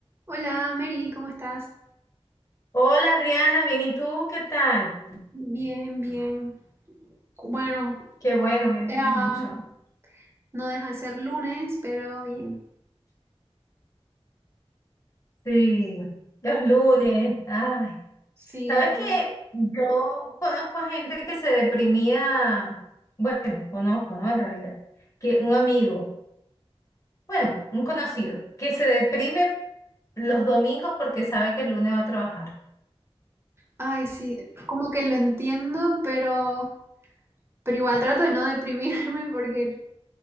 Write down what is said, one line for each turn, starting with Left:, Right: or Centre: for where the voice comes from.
Right: Hola, Mary, ¿cómo estás?
Left: Hola Adriana, bien, ¿y tú qué tal?
Right: Bien, bien. Bueno,
Left: Qué bueno, me alegro
Right: eh, am,
Left: mucho.
Right: no deja de ser lunes, pero bien.
Left: Sí, los lunes, ay.
Right: Sí,
Left: ¿Sabes
Right: bueno.
Left: qué? Yo conozco a gente que se deprimía, bueno, conozco, ¿no? En realidad, que un amigo, bueno, un conocido, que se deprime los domingos porque sabe que el lunes va a trabajar.
Right: Ay, sí, como que lo entiendo, pero, pero igual trato de no <laughs> deprimirme porque